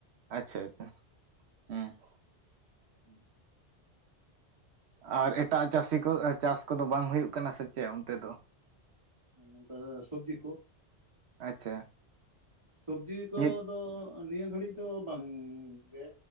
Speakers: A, on the right (about 80°); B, on the right (about 25°).
A: ᱟᱪᱪᱷᱟ ᱟᱪᱪᱷᱟ ᱦᱮᱸ
B: ᱦᱩᱸ
A: ᱟᱨ ᱮᱴᱟᱜ ᱪᱟᱹᱥᱤ ᱠᱚ ᱪᱟᱥ ᱠᱚᱫᱚ ᱵᱟᱝ ᱦᱩᱭᱩᱜ ᱠᱟᱱᱟ ᱥᱮ ᱪᱮᱫ ᱚᱱᱛᱮ ᱫᱚ
B: ᱱᱚᱝᱠᱟ ᱥᱚᱵᱽᱡᱤ ᱠᱚ
A: ᱟᱪᱪᱷᱟ
B: ᱥᱚᱵᱡᱤ ᱠᱚᱫᱚ
A: ᱱᱤᱛ
B: ᱱᱤᱭᱟᱹ ᱜᱷᱟᱹᱲᱤᱡ ᱫᱚ ᱵᱟᱝᱜᱮ